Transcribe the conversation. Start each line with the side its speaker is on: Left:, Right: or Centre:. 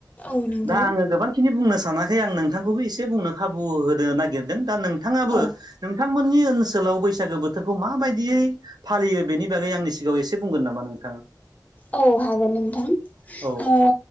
Left: औ नंगौ
Right: दा आङो गोबांखिनि बुंनो सानाखै आं नोंथांखौबो एसे बुंनो खाबु होनो नागिरदों। दा नोंथाङाबो
Left: औ
Right: नोंथांमोननि ओनसोलाव बैसागो बोथोरखौ माबायदियै फालियो बेनि बागै आंनि सिगाङाव एसे बुंगोन नामा नों?
Left: औ हागोन नोंथां।
Right: औ
Left: ओ